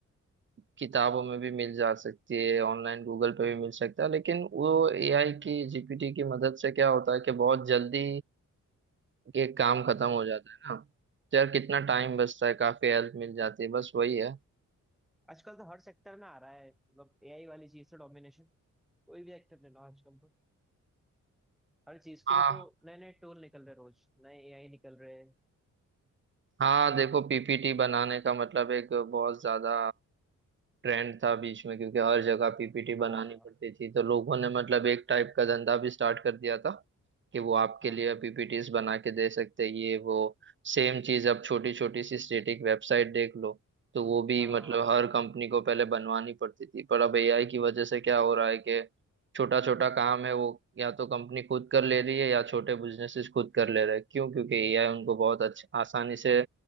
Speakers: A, on the right (about 40°); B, in the centre.
A: किताबों में भी मिल जा सकती है ऑनलाइन गूगल पे भी मिल सकता है लेकिन वो एआई की जीपीटी की मदद से क्या होता है कि बहुत जल्दी ये काम खत्म हो जाता है ना तो यार कितना टाइम
B: हाँ
A: बचता है काफी हेल्प मिल जाती है बस वही है
B: आजकल तो हर सेक्टर में आ रहा है मतलब एआई वाली चीज से डोमिनेशन कोई भी सेक्टर ले लो आजकल तो हर चीज के
A: हाँ
B: लिए तो नए नए टूल निकल रहे रोज नए एआई निकल रहे हैं।
A: हाँ देखो पीपीटी बनाने का मतलब एक बहुत ज्यादा ट्रेंड था बीच में क्योंकि हर जगह पीपीटी
B: हाँ
A: बनानी पड़ती थी तो लोगों ने मतलब एक टाइप का धंधा भी स्टार्ट कर दिया था कि वो आपके
B: हाँ
A: लिए पीपीटीज बना के दे सकते हैं, ये वो सेम चीज अब छोटी छोटी सी स्टेटिक वेबसाइट देख लो तो वो भी
B: हाँ
A: मतलब हर कंपनी को पहले बनवानी पड़ती थी पर अब एआई की वजह से क्या हो रहा है कि छोटा छोटा काम है वो या तो कंपनी खुद कर ले रही है या छोटे बिजनेसेस खुद कर ले रहे हैं क्यों क्योंकि एआई उनको बहुत अच्छा आसानी से